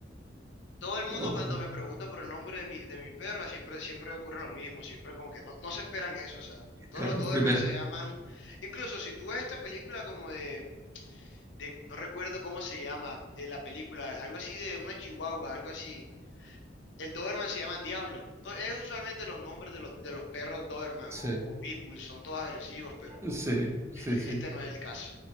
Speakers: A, on the left (about 80°); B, on the right (about 15°).
A: todo el mundo
B: Oh,
A: cuando me pregunta por el nombre de mi, de mi perra, siempre, siempre ocurre lo mismo, siempre como que no, no se esperan eso, o sea, todos
B: claro,
A: los Doberman
B: primero.
A: se llaman, incluso si tú ves esta película como de, de- no recuerdo cómo se llama eh, la película, algo así de una chihuahua, algo así, El Doberman se llama Diablo. To- Es usualmente los nombres de los, de los perros Doberman o,
B: Sí,
A: o Pitbull, son todos agresivos, pero
B: sí, sí,
A: <laughs> este
B: sí.
A: no es el caso.